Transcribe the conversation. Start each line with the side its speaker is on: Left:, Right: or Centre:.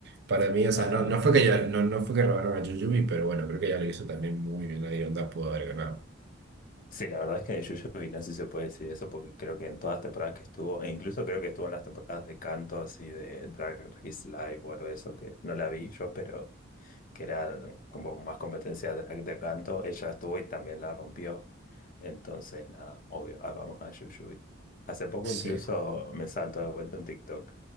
Right: Para mí, o sea,
Left: ajá.
Right: no, no fue que, ya- no, no fue que robaron a Yuyubi, pero bueno, creo que ya lo hizo también muy bien. Nadie onda pudo haber ganado.
Left: Sí, la verdad es que de Yuyuy no sé si se puede decir eso, porque creo que en todas las temporadas que estuvo, e incluso creo que estuvo en las temporadas de canto así de Drag Race Live o algo de eso, que no la vi yo, pero que era como más competencia de, de canto, ella estuvo y también la rompió. Entonces, nada, obvio, ah, vamos a Yuyuy. Hace poco
Right: Sí.
Left: incluso me salto de vuelta un TikTok